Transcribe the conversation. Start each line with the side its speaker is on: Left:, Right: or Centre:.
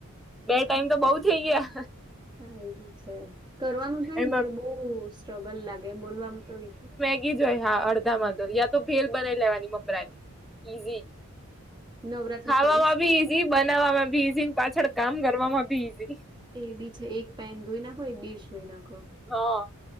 Centre: બે ટાઈમ તો બઉ થઇ ગયા,
Right: હા, એવું છે કરવાનું થાય
Centre: એમાં
Right: ને તયાર બહ સ્ટ્રગલ લાગે બોલવાવામાં તો વિ
Centre: ઈજ હોય હા અડધામાં તો યાતો ભેલ બનાઈ લેવાની મમરાની ઇઝી,
Right: નવરાત્રી
Centre: ખાવા
Right: કરી
Centre: હવાભી
Right: જ તે
Centre: ઇ ઈ બનાવવામાં ભી ઈઝી પાછળ કામ કરવામાં ભી ઈઝી,
Right: એ બી છે એક પેન ધોઈ નાખો એક ડીશ ધોઈ નાખો.
Centre: હા